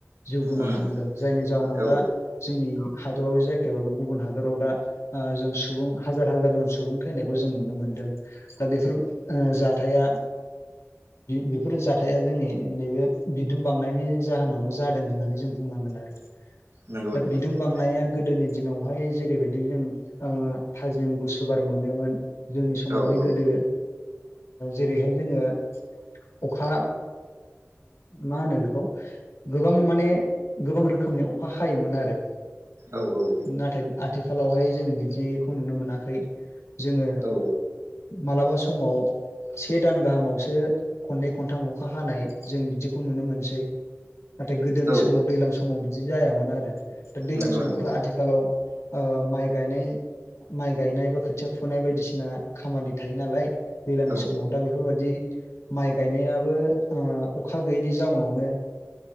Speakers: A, on the left; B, on the right.
A: जिउ गोमानो
B: उम
A: हमदों जायनि जाउनाव
B: औ
A: दा जोंनि हादराव जायाखैबाबो गुबुन हादराव दा जों सुबुं हाजार हाजार जन सुबुं थैनायखौ जों नुनो मोनदों दा बेफोर जाथाया बेफोर जाथाया जोंनि नैबे बिदुं बांनायनि जाहोनावनो जादों होननानै जों बुंनांगोन आरो
B: नंगौ नंगौ
A: दा बिदुं
B: नोंथां
A: बांनाया गोदोनि दिनावहाय जेरैबायदि जों थाजिम गुसुु बार मोनोमोन जोंनि समावहाय
B: औ औ
A: गोदो जेरैहाय जोङो अखा मा होनो बेखौ गोबां माने गोबां रोखोमनि अखा हायोमोन आरो।
B: औ औ।
A: नाथाय आथिखालावहाय जों बिदिखौ नुनो मोनाखै। जोङो
B: औ
A: मालाबा समाव। से दान गाहामावसो खननै खनथाम अखा हानाय जों बिदिखौ नुनो मोनसै। नाथाय गोदोनि
B: औ
A: समाव दै समाव बिदि जायामोन आरो दा दैज्लां
B: नंगौ
A: समावथ'
B: नंगौ
A: आथिखालाव माइ गायनाय। माइ गायनाय बा खोथिया फुनाय बायदिसिना खामानि थायो नालाय दैज्लांनि
B: औ
A: समाव दा बेफोरबायदि माइ गायनायाबो अखा गैयैनि जाउनावनो